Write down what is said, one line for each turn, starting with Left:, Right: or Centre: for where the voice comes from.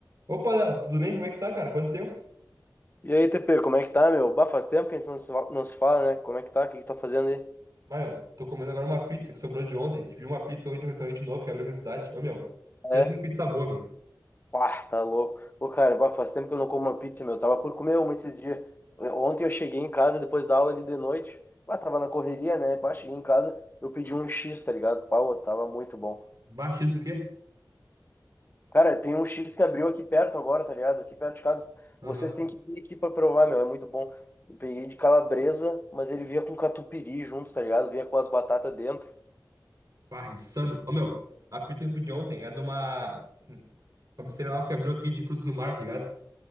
Right: Opa, Léo, tudo bem? Como é que tá, cara? Quanto tempo?
Left: E aí, TP, como é que tá, meu? Bah, faz tempo que a gente não se fa- não se fala, né? Como é que tá? O que que tá fazendo aí?
Right: Vai, meu, tô comendo agora uma pizza que sobrou de ontem. Pedi uma pizza hoje de um restaurante novo que abriu aqui na cidade. Ô, meu,
Left: É?
Right: pensa numa pizza boa, meu.
Left: Pá, tá louco. Ô, cara, bah, faz tempo que eu não como uma pizza, meu. Tava por comer uma esses dias. Ontem eu cheguei em casa depois da aula ali de noite. Bah, tava na correria, né? Bah, cheguei em casa, eu pedi um X, tá ligado? Pau, tava muito bom.
Right: Baixo isso do quê?
Left: Cara, tem um X que abriu aqui perto agora, tá ligado? Aqui perto de casa.
Right: Aham.
Left: Vocês têm que vir aqui pra provar, meu. É muito bom. Eu peguei de calabresa, mas ele vinha com catupiry junto, tá ligado? Vinha com as batatas dentro.
Right: Barra, insano. Ô, meu, a pizza que eu pedi ontem é de uma, uma pizzaria nova que abriu aqui de frutos do mar, tá ligado?